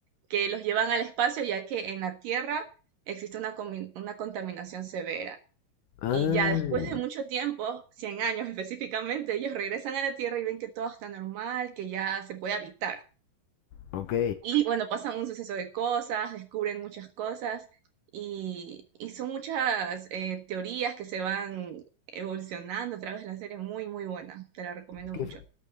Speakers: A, on the right; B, on the left.
A: que los llevan al espacio ya que en la Tierra existe una, comi- una contaminación severa.
B: Ah,
A: Y ya después de mucho tiempo, 100 años específicamente, ellos regresan a la Tierra y ven que todo está normal, que ya se puede habitar.
B: ok.
A: Y bueno, pasan un suceso de cosas, descubren muchas cosas y, y son muchas eh, teorías que se van evolucionando a través de la serie, muy, muy buena, te la recomiendo
B: Qué
A: mucho.
B: f-